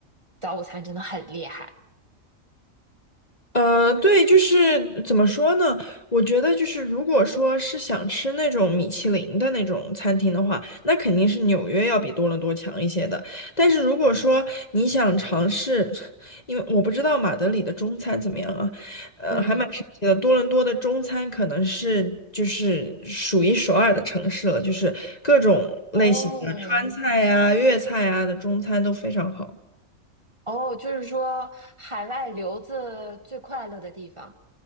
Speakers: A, on the right; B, on the left.
A: 早午餐真的很厉害。
B: 呃，对，就是怎么说呢？我觉得就是，如果说是想吃那种米其林的那种餐厅的话，那肯定是纽约要比多伦多强一些的。但是如果说你想尝试，因为我不知道马德里的中餐怎么样啊，呃，
A: 嗯，
B: 还蛮神奇的。多伦多的中餐可能是就是数一数二的城市了，就是各种类型的川菜啊、
A: 哦
B: 粤菜啊的中餐都非常好。
A: 哦，就是说海外留子最快乐的地方。